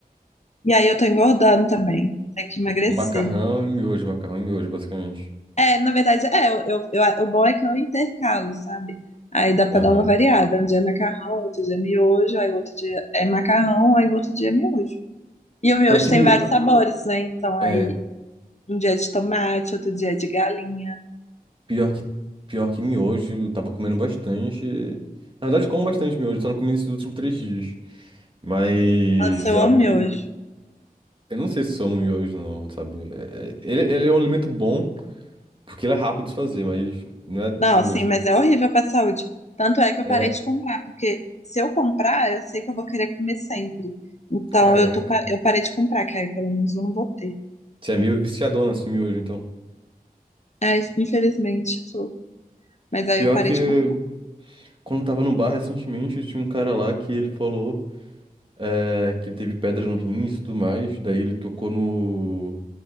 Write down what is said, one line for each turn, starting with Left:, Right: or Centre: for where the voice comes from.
Left: E aí eu tô engordando também, tenho que emagrecer.
Right: Macarrão e miojo, macarrão e miojo, basicamente.
Left: É, na verdade, é, eu, eu, eu- o bom é que eu intercalo, sabe? Aí dá pra
Right: Aham.
Left: dar uma variada. Um dia é macarrão, outro dia é miojo, aí outro dia é macarrão, aí outro dia é miojo. E o miojo
Right: Pior que
Left: tem
Right: miojo.
Left: vários sabores, né? Então
Right: É,
Left: aí um dia é de tomate, outro dia é de galinha.
Right: pior que, pior que miojo, eu tava comendo bastante. Na verdade, eu como bastante miojo, só não comi nesses últimos três dias. Mas
Left: Nossa, eu
Right: é algo
Left: amo
Right: que.
Left: miojo.
Right: Eu não sei se sou chama miojo, não, sabe? É- ele, ele é um alimento bom, porque ele é rápido de fazer, mas não é tão
Left: Não, assim,
Right: gostoso.
Left: mas é horrível pra saúde. Tanto é que eu
Right: É.
Left: parei de comprar, porque se eu comprar, eu sei que eu vou querer comer sempre. Então
Right: Caraca.
Left: eu tô, pa- eu parei de comprar, que aí pelo menos eu não vou ter.
Right: Você é meio viciadona assim miojo, então.
Left: Ai, infelizmente, sou. Mas aí
Right: Pior
Left: eu parei
Right: que
Left: de comprar.
Right: quando tava no bar recentemente, tinha um cara lá que ele falou. é, que ele teve pedra no rins e tudo mais. Daí ele tocou no,